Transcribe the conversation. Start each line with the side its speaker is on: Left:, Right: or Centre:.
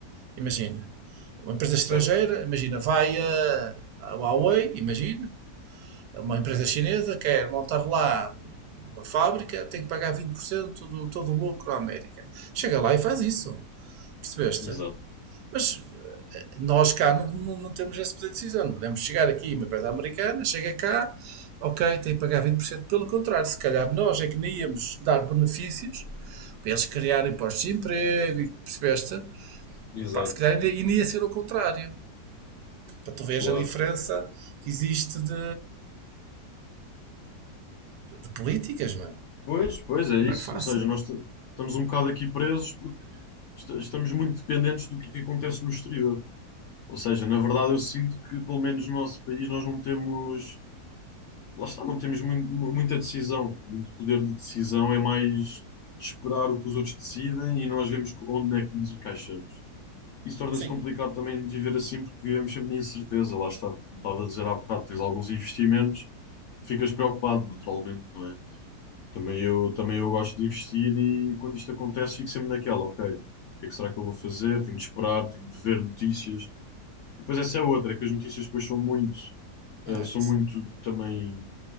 Right: Imagina. Uma empresa estrangeira,
Left: Certo.
Right: imagina, vai a, a Huawei, imagina, uma empresa chinesa quer montar lá uma fábrica, tem que pagar 20% do todo o lucro à América. Chega lá e faz isso. Percebeste?
Left: Exato.
Right: Mas nós cá não, não- não temos esse poder de decisão. Não podemos chegar aqui, uma empresa americana chega cá, ok, tem que pagar vinte por cento Pelo contrário, se calhar nós é que nem íamos dar benefícios para eles criarem postos de emprego, e percebeste?
Left: Exato.
Right: Pá, se calhar ainda, ainda ia ser o contrário. Para tu veres
Left: Claro.
Right: a diferença que existe de, de- de políticas, não é?
Left: Pois, pois é
Right: E
Left: isso.
Right: Não é fácil.
Left: Ou seja, nós t- estamos um bocado aqui presos porque esta- estamos muito dependentes do que é que acontece no exterior. Ou seja, na verdade, eu sinto que, pelo menos no nosso país, nós não temos. Lá está, não temos mui- mu- muita decisão. Muito poder de decisão é mais esperar o que os outros decidem e nós vemos onde é que nos encaixamos. Isso torna-se
Right: Sim.
Left: complicado também de viver assim, porque vivemos sempre na incerteza, lá está. Como estava a dizer há bocado, tens alguns investimentos, ficas preocupado, naturalmente, não é? Também eu, também eu gosto de investir e quando isto acontece, fico sempre naquela, ok, o que é que será que eu vou fazer? Tenho de esperar, tenho de ver notícias. E depois essa é outra, que as notícias depois são muito,
Right: é?
Left: eh, são muito também,